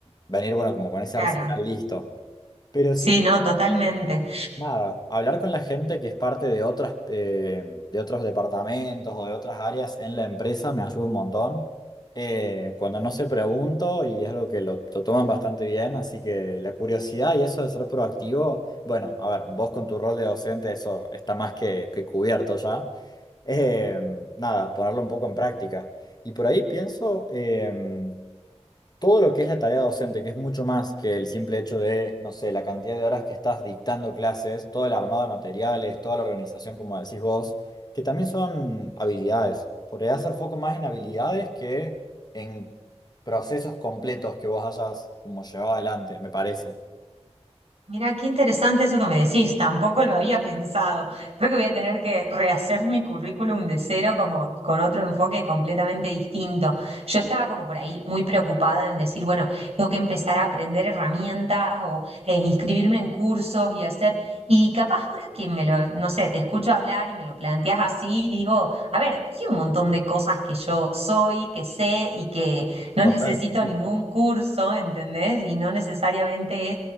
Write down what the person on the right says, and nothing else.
Claro.
Sí,
no, totalmente.
Mira, qué interesante eso que me decís, tampoco lo había pensado. Creo que voy a tener que rehacer mi currículum de cero como con otro enfoque completamente distinto. Yo estaba como por ahí muy preocupada en decir, bueno, tengo que empezar a aprender herramientas o eh, inscribirme en cursos y hacer, y capaz ahora que me lo, no sé, te escucho hablar y me lo planteas así, digo, a ver, hay un montón de cosas que yo soy, que sé y que no
necesito ningún curso, ¿entendés? Y no necesariamente